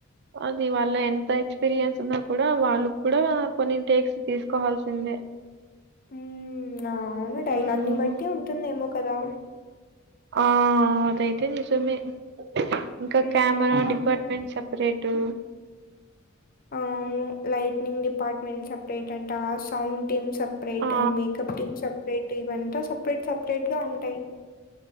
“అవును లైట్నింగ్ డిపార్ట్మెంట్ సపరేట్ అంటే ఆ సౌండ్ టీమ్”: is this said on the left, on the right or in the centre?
Left